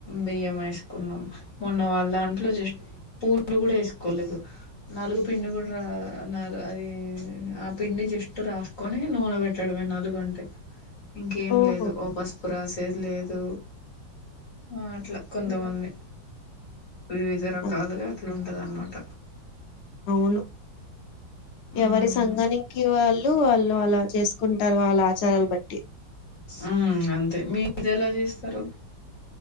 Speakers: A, on the left; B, on the left.
A: బియ్యం వేసుకున్నాం మొన్న వాళ్ళ దాంట్లో జస్ట్ పూలు కూడా వేసుకోలేదు నలుగు పిండి కూడా రా న అది ఆ పిండి జస్ట్ రాసుకొని నూనే.. పెట్టడమే నాలుగుగంటే ఇంకేం
B: ఓహో
A: లేదు ఓ పసుపు రాసేది లేదు ఆ అట్లా కొంతమంది
B: హ్మ్.
A: వివిధ రకాలుగా
B: అదే
A: అట్లుంటది అన్నమాట
B: అవును
A: హ్మ్
B: ఎవరి సంఘనికి వాళ్ళు వాళ్ళు అలా చేసుకుంటరు వాళ్ళ ఆచారాలు బట్టి
A: ఆ అంతే మీది ఎలా చేస్తారు